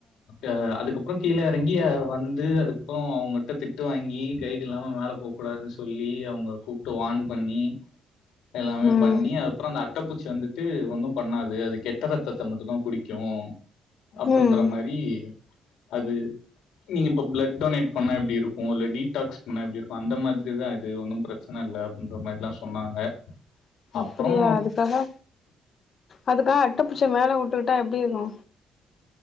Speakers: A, on the left; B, on the left.
A: அ அதுக்கப்பறோ கீழ எறங்கி வந்து அதுக்கப்பறோ அவுங்கட்ட திட்டு வாங்கி கைடு இல்லாம மேல போக் கூடாதுன் சொல்லி அவுங்க கூப்டு வான் பண்ணி எல்லாமே
B: ம்
A: பண்ணி அப் அப்பறம் அந்த அட்டப்பூச்சி வந்துட்டு ஒன்னும் பண்ணாது அது கெட்ட ரத்தத்த மட்டு்ந்தா குடிக்கூ அப்புன்ற
B: ம்
A: மாரி அது நீங்க இப்ப ப்லட் டொனேட் பண்ணா எப்டி இருக்கூ இல்ல டீடாக்ஸ் பண்ணா எப்டி இருக்கூ அந்த மாத்ரிதா இது ஒன்னும் பிரச்ச ச்சனல்ல அப்டின்ற மாரி ல்லா சொன்னாங்க
B: அப்டியா
A: அப்புறோ
B: அதுக்காக அதுக்காக அட்டப்பூச்சிய மேல வுட்டுக்கிட்டா எப்டி இருக்கூ